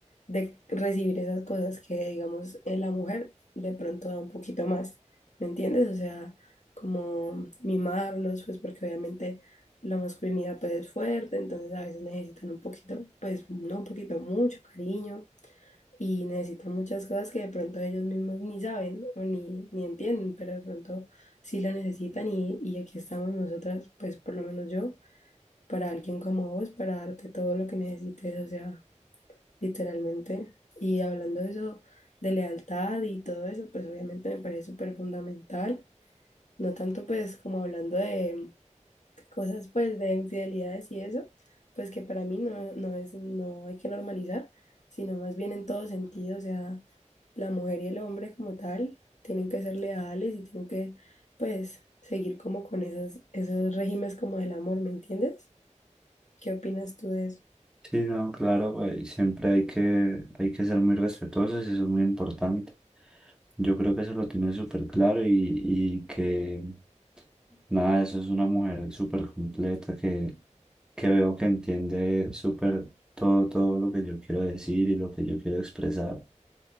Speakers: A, on the left; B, in the centre.
A: de recibir esas cosas que, digamos, en la mujer de pronto da un poquito más, ¿me entiendes? O sea, como mimarlos, pues porque obviamente la masculinidad pues es fuerte, entonces a veces necesitan un poquito, pues no un poquito, mucho cariño y necesitan muchas cosas que de pronto ellos mismos ni saben o ni, ni entienden, pero de pronto sí lo necesitan y, y aquí estamos nosotras, pues por lo menos yo, para alguien como vos, para darte todo lo que necesites, o sea literalmente. Y hablando de eso, de lealtad y todo eso, pues obviamente me parece súper fundamental. No tanto pues como hablando de cosas pues de infidelidades y eso, pues que para mí no, no es, no hay que normalizar, sino más bien en todo sentido, o sea, la mujer y el hombre como tal tienen que ser leales y tienen que pues seguir como con esas, esos regímenes como del amor, ¿me entiendes? ¿Qué opinas tú de eso?
B: Sí, no, claro, güey, siempre hay que, hay que ser muy respetuosos eso es muy importante. Yo creo que eso lo tiene súper claro y, y que nada, eso es una mujer súper completa que, que veo que entiende súper todo, todo lo que yo quiero decir y lo que yo quiero expresar